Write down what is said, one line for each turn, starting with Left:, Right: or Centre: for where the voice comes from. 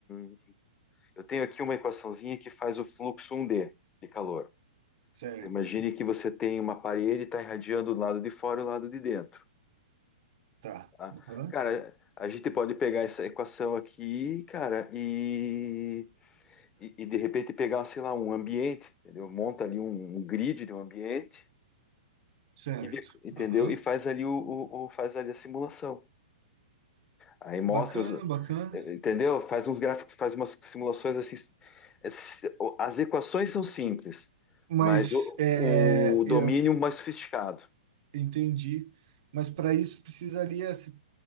Left: um- Eu tenho aqui uma equaçãozinha que faz o fluxo 1D de calor.
Right: Certo,
Left: Então, Imagine que você tem uma parede e está irradiando o lado de fora e o lado de dentro.
Right: tá.
Left: tá?
Right: Aham.
Left: Cara, a gente pode pegar essa equação aqui, cara, e, e, e, de repente pegar, sei lá, um ambiente, entendeu? Monta ali um, um grid de um ambiente,
Right: Certo.
Left: e, vê- entendeu?
Right: Aham.
Left: E faz ali o, o- o- faz ali a simulação. Aí mostra
Right: Bacana,
Left: os,
Right: bacana.
Left: Entendeu? Faz uns gráficos, faz umas simulações assim. s- As equações são simples,
Right: Mas
Left: mas o,
Right: é,
Left: o domínio
Right: eu
Left: mais sofisticado.
Right: entendi. Mas para isso precisaria, se-